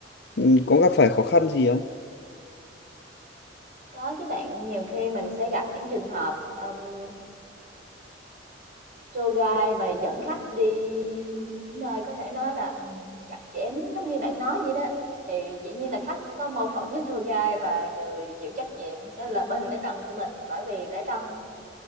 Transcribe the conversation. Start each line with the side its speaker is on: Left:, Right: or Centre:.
Left: ừm, có gặp phải khó khăn gì không?
Right: Có chứ bạn, nhiều khi mình sẽ gặp những trường hợp, ừm, tour guide và dẫn khách đi những nơi có thể nói là, ừm, chặt chém giống như bạn nói vậy đó, thì dĩ nhiên là khách sẽ có mâu thuẫn với tour guide và người chịu trách nhiệm sẽ là bên lễ tân tụi mình, bởi vì lễ tân,